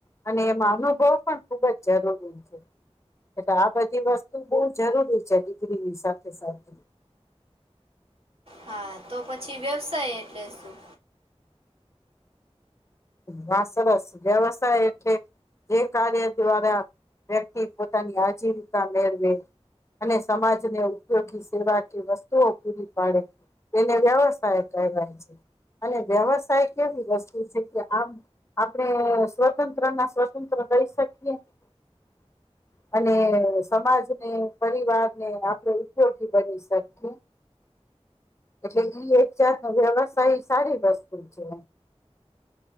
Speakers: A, on the left; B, on the right.
A: અને એમાં અનુભવ પણ ખુબ જ જરૂરી છે. એટલે આ બધી વસ્તુ બહુ જરૂરી છે. ડીગરીની સાથે સાથે,
B: હા, તો પછી વ્યવસાય એટલે શું?
A: વાહ! સરસ! વ્યવસાય એટલે, જે કાર્ય દ્વારા વ્યક્તિ પોતાની આજીવિકા મેળવે અને સમાજને ઉપયોગી સેવા કે વસ્તુઓ પૂરી પાડે. તેને વ્યવસાય કહેવાય છે. અને વ્યવસાય કેવી વસ્તુ છે. કે, આમ આપણે સ્વતંત્ર ના સ્વતંત્ર રહી શકીએ, <inaudible> અને સમાજને, પરિવારને આપડે ઉપયોગી બની શકીએ. એટલે એક જાતનો વ્યવસાય સારી વસ્તુ છે.